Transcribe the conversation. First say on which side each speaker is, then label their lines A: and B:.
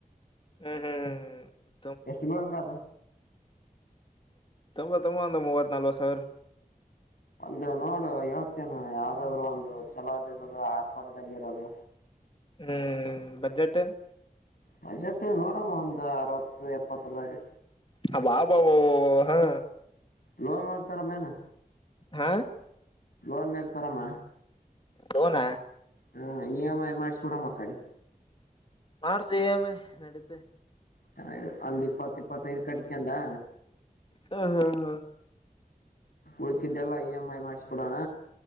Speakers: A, on the left; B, on the left.
A: ಹ್ಮ್ ಹ್ಮ್ ಹ್ಮ್್ಮ
B: ಎಷ್ಟು ಬೀಳಂಗ ಅದ
A: <unintelligible> ಅಂದು ಮೂವತ್ತು ನಾಲ್ವತ್ತು ಸಾವಿರ
B: ಒಂದು ನೋಡು ಹೇಳ್ತೇನೆ ಯಾವ್ದಾದ್ರು ಒಂದು ಛಲೋದ್ ಇರೋದು ಆಪರದಲ್ಲಿ ಇರೋದು
A: ಹ್ಮ್ ಬಜೆಟ್
B: ಬಜೆಟ್ ನೋಡಮ್ಮ ಒಂದು ಅರವತ್ತು ಎಪ್ಪತ್ತರದಾಗ
A: ಹ ವಾಬ ಹಾ
B: ಲೋನ್ ಮಾಡ್ತಾರ ಮೇನಾ
A: ಹಾ
B: ಲೋನ್ ಮೇಲ್ ತರಮ್ಮ
A: ಲೋನಾ
B: ಹ ಇ ಎಮ್ ಐ ಮಾಡ್ಸಬೊಡ್ ಅ ಕಡೆ
A: ಮಾಡಶು ಈ ಎಂ ಐ ನಡತೆ
B: ಚೆನ್ನ ಅಂದ ಇಪ್ಪತ್ತು ಇಪ್ಪತ್ತೈರು ಕಟ್ಟಿಕಂತಾ
A: ಹ ಹ ಹ
B: ಉಳಕಿದ್ದೆಲ್ಲಾ ಇ ಎಮ್ ಐ ಮಾಡ್ಸಿಕೊಡೋಣ